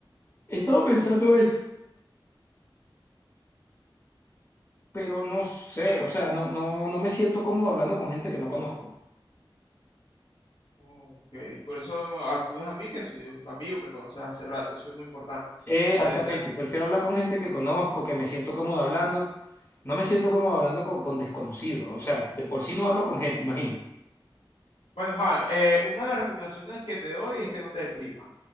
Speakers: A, on the left; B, on the left.
A: He estado pensando eso, pero no sé, o sea, no, no, no me siento cómodo hablando con gente que no conozco.
B: Oh, Ok, por eso acudes a mí, que soy un amigo, me conoces hace rato, eso es muy importante.
A: Exactamente,
B: Te- te-
A: prefiero hablar con gente que conozco, que me siento cómodo hablando. No me siento como hablando con, con desconocidos. O sea, de por sí no hablo con gente, imagina.
B: Bueno, Juan, eh, una de las recomendaciones que te doy es que no te deprimas.